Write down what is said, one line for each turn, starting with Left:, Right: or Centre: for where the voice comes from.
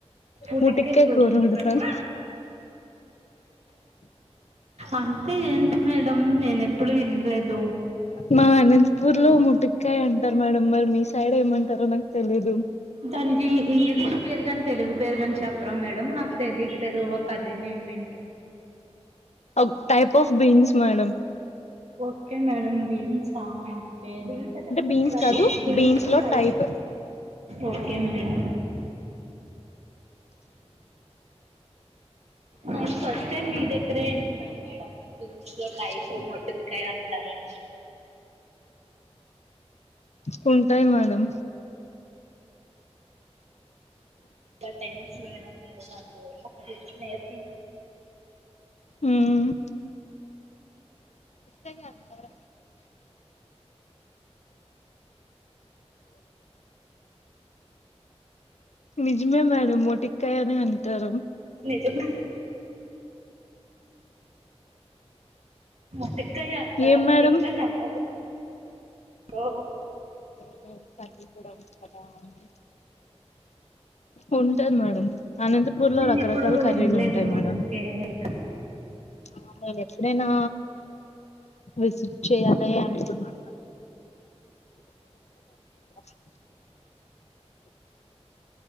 Right: ఊటక్క
Left: ముటిక్కాయ
Right: కరు
Left: కూర వండుతాను
Right: ఉతాను అంటే ఏంటి మేడం నేనెప్పుడు వినలేదు.
Left: మా అనంతపూర్ లో ముటిక్కాయంటారు మేడం, మరి మీ సైడ్ ఏమంటారో నాకు తెలిదు?
Right: దానిదీ ఇంగ్లీష్ పేరు గాని తెలుగు పేరు గాని చెప్పరా మేడం? నాకు తెలియట్లేదు. దోవ కర్రీ నేమెంటో!
Left: ఒక type of beans madam
Right: okay madam బీన్సా? బీన్స్ అంటే పీన్స్
Left: బీన్స్
Right: కా
Left: కాదు
Right: బీన్స్ై
Left: బీన్స్ లో టైప్
Right: ఓకే మేడమ్ నే ఫస్ట్ టైమ్ మీ దెగ్గరే ఇంటన్నను మేడమ్, బీన్స్ లో టైప్ మొటిక్కాయంటరు. అ
Left: కొంంతాయి మడంం
Right: చాలా థ్యాంక్స్ మేడం మీరు నాకు ఒక డిష్ నేర్పించ
Left: ఉమ్ ట్ట అంటార నిజమే మేడం మొట్టికాయ అనే అంటారు
Right: నిజంగా మొట్టికాయ అంటారు
Left: ఏం మేడం
Right: అ ఇంకా నమ్మబుద్ది ఓ
Left: <unintelligible> కర్రీ కి కూడా ఓల్చుతారా అని ఉంటాది మేడం అనంతపూర్ లో
Right: నేను
Left: రకరకాల
Right: ఎప్పుడూ
Left: కర్రీలు
Right: వినలేదు
Left: ఉంటాయి
Right: మొట్టుకాయ
Left: మేడం ఆంధ్రా లో ఎప్పుడైనా విసిట్ చేయాలే అనుకుంటున్న <unintelligible>